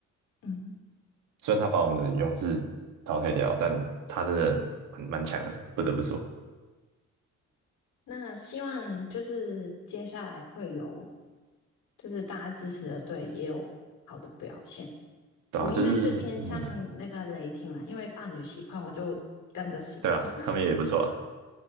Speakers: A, on the left (about 80°); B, on the right (about 80°).
A: 嗯，
B: 虽然他把我们的勇士淘汰掉，但他真的蛮蛮强的，不得不说，
A: 那希望就是接下来会有，就是大家支持的队也有好的表现。
B: 对啊，
A: 我应该是偏向那个雷霆啦，
B: 就是嗯，
A: 因为伴侣喜欢，我就跟着喜欢。
B: 对啊，
A: <laughs>
B: 他们也不错啊，